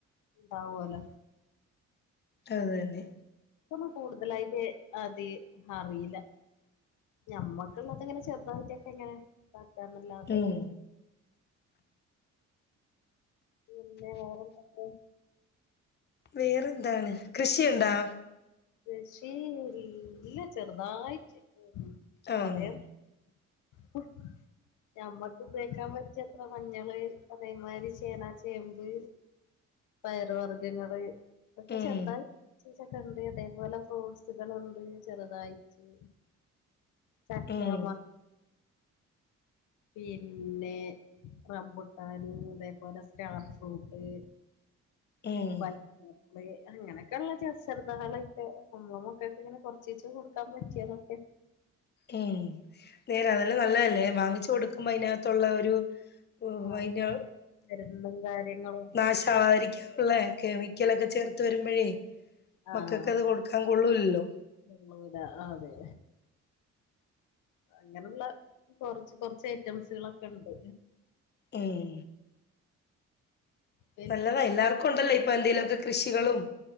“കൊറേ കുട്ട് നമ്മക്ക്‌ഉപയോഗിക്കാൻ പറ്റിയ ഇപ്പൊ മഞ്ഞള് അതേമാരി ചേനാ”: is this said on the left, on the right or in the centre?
Left